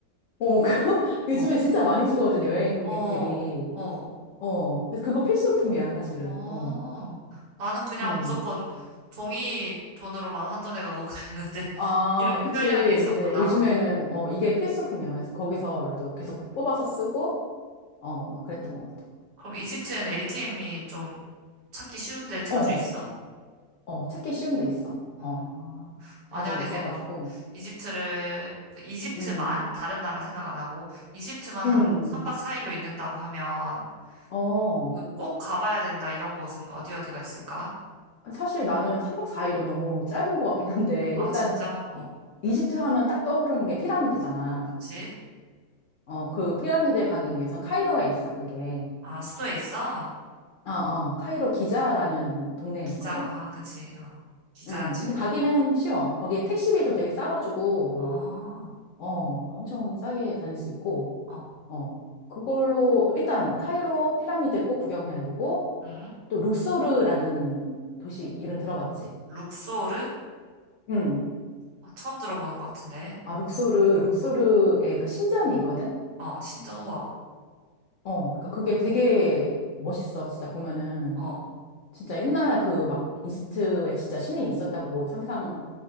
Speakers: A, on the left (about 70°); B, on the right (about 80°).
A: 어, 그거 <laughs> 요즘에
B: 어,
A: 진짜 많이 쓰거든, 여행객들이.
B: 어, 어,
A: 어, 그래서 그거 필수품이야, 사실은.
B: 어.
A: 어.
B: 나는 그냥
A: 음.
B: 무조건 종이 돈으로만 환전해가고 그랬는데 <laughs>
A: 아,
B: 이렇게
A: 그치.
B: 편리한 게 있었구나.
A: 이제 요즘에는, 어, 이게 필수품이야. 그래서 거기서
B: 어,
A: 나도 계속 뽑아서 쓰고, 어, 막 그랬던 것 같아.
B: 그럼 이집트에는 ATM이 좀 찾기 쉬운데 자주
A: 어,
B: 있어?
A: 어, 찾기 쉬운 데 있어.
B: 어,
A: 어,
B: 만약에
A: 자주 있어가지고.
B: 내가 이집트를, 그 이집트만,
A: 음,
B: 다른 나라 생각 안 하고, 이집트만 한
A: 음,
B: 3박 4일로 있는다고 하면,
A: 어.
B: 그 꼭 가봐야 된다, 이런 곳은 어디 어디가 있을까?
A: 사실 나는 3박 4일은 너무 짧은 것 같긴 한데,
B: 아,
A: 일단,
B: 진짜? 어,
A: 이- 이집트 하면 딱 떠오르는 게 피라미드잖아.
B: 그치?
A: 어, 그 피라미드에 가기 위해선 카이로에 있어, 그게.
B: 아, 수도에 있어?
A: 어, 어, 카이로
B: 응.
A: 기자라는 동네에
B: 기자,
A: 있거든?
B: 아, 그치, 어, 기자지구.
A: 응. 근데 가기는 쉬워. 거기에 택시비도 되게 싸가지고, 뭐,
B: 아,
A: 어, 엄청 싸게 다닐 수 있고,
B: 어,
A: 어. 그걸로, 일단, 카이로 피라미드 꼭 구경해야 되고,
B: 응?
A: 또, 룩소르라는 도시 이름 들어봤지?
B: 룩소르?
A: 응.
B: 아, 처음 들어보는 것 같은데.
A: 아, 룩소르, 룩소르에
B: 어,
A: 그 신전이 있거든?
B: 어, 신전 우와.
A: 어. 그러니까 그게 되게 멋있어. 진짜 보면은.
B: 어.
A: 진짜 옛날 그 막 이집트에 진짜 신이 있었다고 상상,